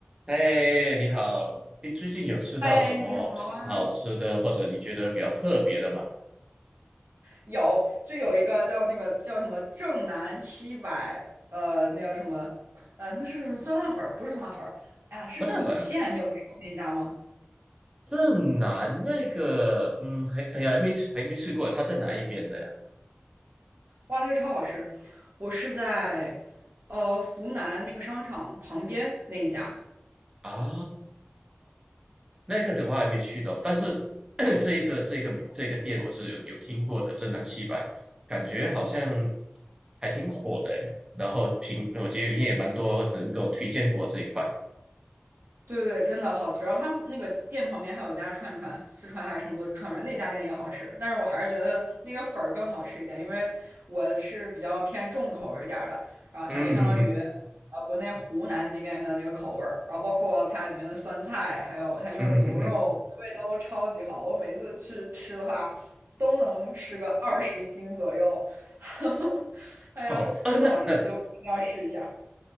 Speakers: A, on the right; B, on the right.
A: 哎，你好，你最近有吃到什么好吃的，
B: 哎，你好啊！
A: 或者你觉得比较特别的吗？
B: 有，就有一个叫那个叫什么正南七百，呃，那叫什么，呃，那是什么酸辣粉儿？不是酸辣粉儿，哎呀，是个米线。
A: 不大粉
B: 你有吃过那家吗？
A: 正南那个，嗯，还哎呀，还没吃，还没吃过，他在哪一边的呀？
B: 哇，那个超好吃！我是在呃湖南那个商场旁边那一家，
A: 啊，那个的话还没去到，但是 <clears throat> 这一个这个这个店我是有有听过的，正南七百，感觉好像还挺火的诶，然后挺，我觉得也蛮多人给我推荐过这一块，
B: 对对，真的好吃。然后他们那个店旁边还有家串串，四川还是成都的串串，那家店也好吃。但是我还是觉得那个粉儿更好吃一点，因为我是比较偏重口味一点儿的。然后它就相当于
A: 嗯哼哼，
B: 呃国内湖南那边的那个口味儿，然后包括它里面的酸菜，还有它用的牛肉，
A: 嗯哼哼哼。
B: 味道都超级好。我每次去吃的话，都能吃个二十斤左右。<laughs> 哎呀，
A: 哦，啊，
B: 真的好吃，
A: 那那
B: 有空一定要试一下。